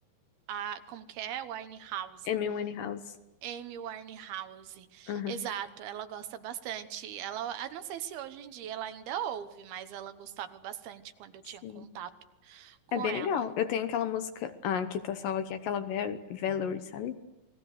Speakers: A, on the right; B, on the left.
A: a, como que é? Winehouse.
B: M MN House.
A: Amy Winehouse.
B: Aham.
A: Exato, ela gosta bastante. Ela, ah, não sei se hoje em dia ela ainda ouve, mas ela gostava bastante quando eu
B: Sim.
A: tinha contato com
B: É bem
A: ela.
B: legal. Eu tenho aquela música. Ah, que tá salva aqui. Aquela Val Valerie, sabe?